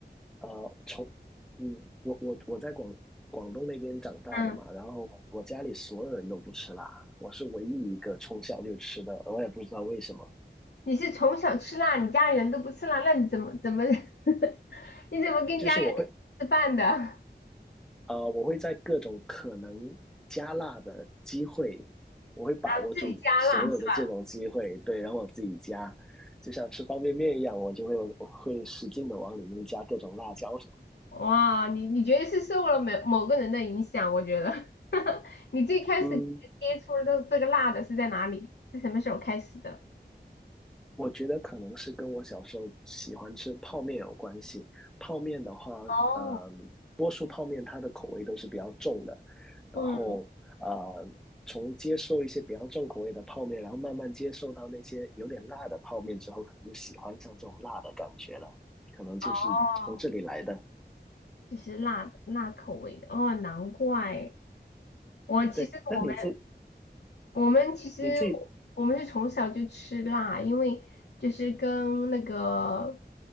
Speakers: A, in the centre; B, on the left.
A: 啊，从嗯，我我我在广广东那边长大的嘛，
B: 嗯。
A: 然后我家里所有人都不吃辣，我是唯一一个从小就吃的，我也不知道为什么，
B: 你是从小吃辣，你家里人都不吃辣，那你怎么怎么 <laughs> 你怎么跟家里人吃饭的？
A: 就是我会
B: 然
A: 呃，我会在各种可能加辣的机会，我会把握住所有的这种机会，
B: 后自己加辣是吧？
A: 对，然后我自己加，就像吃方便面一样，我就会我会使劲的往里面加各种辣椒什么
B: 哇，你你觉得是受了某某个人的影响？我觉得 <laughs> 你最开始接触的这个辣的是在哪里？
A: 的嗯。
B: 是什么时候开始的？
A: 我觉得可能是跟我小时候喜欢吃泡面有关系。泡面的话，
B: 哦，
A: 嗯，多数泡面它的口味都是比较重的，
B: 嗯，
A: 然后呃，从接受一些比较重口味的泡面，然后慢慢接受到那些有点辣的泡面之后，可能就喜欢上这种辣的感觉了，可能就是从这里来的。
B: 哦，就是辣的辣口味的哦，难怪我其实我们
A: 对，那你自
B: 我们其实
A: 你自己
B: 我们是从小就吃辣，因为就是跟那个